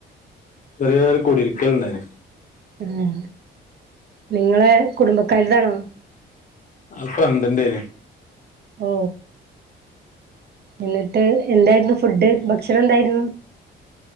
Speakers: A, on the left; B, on the right.
A: ചെറ്യേ ഒര് കുടിര്ക്കൽണ്ടായിനി
B: ആ നിങ്ങളെ കുടുംബക്കാരതാണോ
A: അ ഫ്രണ്ടിൻ്റേണി
B: ഓ എന്നിട്ട് എന്തായിരുന്നു ഫുഡ് ഭക്ഷണം എന്തായിരുന്നു